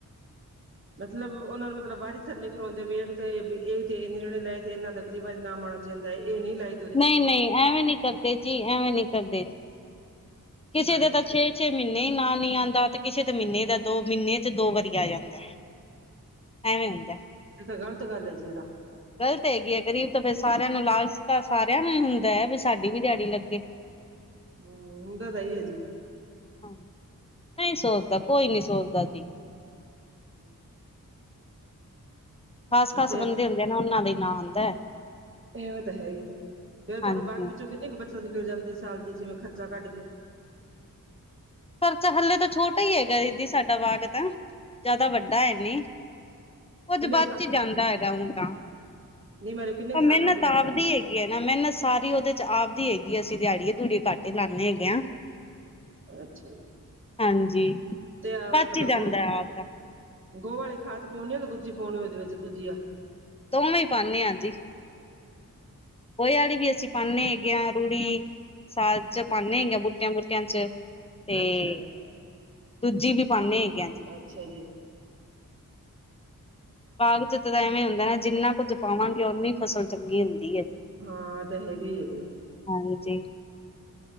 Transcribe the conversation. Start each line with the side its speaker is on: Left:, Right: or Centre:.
Right: ਮਤਲਬ ਉਹਨਾਂ ਨੂੰ ਮਤਲਬ ਵਾਰੀ ਸਰ ਨੀ ਕਰਵਾਦੇ ਵੀ ਇੱਕ ਤੇ ਇੱਕ ਤੇ ਇੰਨੇ ਜਣੇ ਲਏ ਤੇ ਇਹਨਾਂ ਦਾ ਅਗਲੀ ਵਾਰੀ ਨਾਮ ਆਣਾ, ਜਾਂਦਾ ਇਹ ਨਹੀਂ ਲਾਈ,
Left: ਨਹੀ-ਨਹੀ, ਐਵੇਂ ਨੀ ਕਰਦੇ ਜੀ ਐਵੇਂ ਨਹੀ ਕਰਦੇ ਜੀ।
Right: ਚਾਹੀਦਾ
Left: ਕਿਸੇ ਦੇ
Right: ਅੱਛਾ
Left: ਤਾਂ ਛੇ ਮਹੀਨੇ ਹੀ ਨਾਂ ਨਹੀਂ ਆਦਾ ਤੇ ਕਿਸੇ ਦਾ ਮਹੀਨੇ ਦਾ ਦੋ ਮਹੀਨੇ ਚ ਦੋ ਵਾਰੀ ਆ ਜਾਂਦਾ। ਐਵੇਂ ਹੁੰਦਾ।
Right: ਇਹ ਤਾਂ ਗਲਤ ਗੱਲ ਹੈ ਜੀ ਇਹ ਤਾਂ
Left: ਗ਼ਲਤ ਹੈਗੀ ਹੈ, ਗਰੀਬ ਤਾਂ ਫੇਰ ਸਾਰਿਆਂ ਨੂੰ ਲਾਲਚ ਤਾਂ ਸਾਰਿਆਂ ਨੂੰ ਹੀ ਹੁੰਦਾ ਹੈ, ਵੀ ਸਾਡੀ ਵੀ ਦਿਹਾੜੀ ਲੱਗੇ।
Right: ਹੁੰਦਾ ਤੇ ਹੈ ਹੀ ਐ ਜੀ।
Left: ਹਾਂ ਨਹੀਂ ਸੋਚਦਾ ਕੋਈ ਨੀ ਸੋਚਦਾ ਜੀ।
Right: <unintelligible>
Left: ਖਾਸ-ਖਾਸ
Right: ਤੇ
Left: ਬੰਦੇ ਹੁੰਦੇ ਆ, ਨਾ ਉਹਨਾਂ ਦਾ ਹੀ ਨਾਂ ਆਦਾ।
Right: ਇਵੇਂ ਤਾਂ ਹੈ ਹੀ, ਫੇਰ ਤੁਹਾਨੂੰ
Left: ਹਾਂਜੀ।
Right: ਬਾਗ ਵਿੱਚੋਂ ਕਿੰਨੀ ਕੁ ਬੱਚਤ ਨਿਕਲ ਜਾਂਦੀ ਸਾਲ ਦੀ ਜਿਵੇਂ ਖਰਚਾ ਕੱਢ ਕੇ
Left: ਖਰਚਾ ਹਲੇੇ ਤਾਂ ਛੋਟਾ ਹੀ ਹੈਗਾ, ਦੀਦੀ ਸਾਡਾ ਬਾਗ ਤਾਂ ਜ਼ਿਆਦਾ ਵੱਡਾ ਨੀ। ਕੁੱਝ
Right: ਕਿੰਨੇ
Left: ਬੱਚ
Right: ਕੁ ਸਾਲ
Left: ਹੀ ਜਾਂਦਾ ਹੈਗਾ, ਹੁਣ ਤਾਂ
Right: ਨਹੀਂ ਮੇਰੇ ਕਿੰਨੇ
Left: ਪਰ
Right: ਕੁ
Left: ਮਿਹਨਤ
Right: ਸਾਲ ਹੋ ਗਏ ਬਾਗ
Left: ਆਪ ਦੀ ਹੈਗੀ। ਓਹੀ ਨਾ ਮਿਹਨਤ ਸਾਰੀ ਉਹਦੇ ਚ ਆਪਦੀ ਹੈਗੀ ਐ, ਅਸੀਂ ਦਿਹਾੜੀਏ-ਦਿਹਓੜੀਏ ਕੱਟ ਹੀ ਲਾਉਦੇ ਹੈਗੇ ਆ।
Right: ਅੱਛਾ ਜੀ,
Left: ਹਾਂਜੀ,
Right: ਤੇ ਆ
Left: ਬਚ
Right: ਮਤਲਬ
Left: ਹੀ ਜਾਂਦਾ
Right: ਗੋ
Left: ਆਪਦਾ
Right: ਗੋਹ ਆਲੀ ਖਾਦ ਪਾਉਨੀ ਆ ਕਿ ਦੂਜੀ ਪਾਉਨੀ ਇਹਦੇ ਵਿੱਚ ਦੂਜੀ ਆ।
Left: ਦੋਵੇਂ ਹੀ ਪਾਨੇ ਆ, ਜੀ ਗੋਏ ਆਲੀ ਵੀ ਅਸੀਂ ਪਾਨੇ ਹੈਗੇ ਆ, ਰੂੜੀ ਸਾਜ ਪਾਉੇ ਹੈਗੇ ਆ ਬੂਟਿਆਂ ਬੂਟਿਆਂ ਚ ਤੇ
Right: ਅੱਛਾ
Left: ਦੂਜੀ ਵੀ ਪਾਨੇ ਹੈਗੇ ਆ। ਜੀ
Right: ਅੱਛਾ ਜੀ,
Left: ਬਾਗ ਚਤ ਤਾਂ ਐਵੇਂ ਹੁੰਦਾ ਨਾ ਜਿੰਨਾ ਕੁੱਝ ਪਾਵਾਂਗੇ ਉਨੀ ਫਸਲ ਚੰਗੀ ਹੁੰਦੀ ਹੈ ਜੀ।
Right: ਹਾਂ ਇਹ ਤੇ ਹੈਗੇ ਹੀ ਆ ਜੀ।
Left: ਹਾਂਜੀ,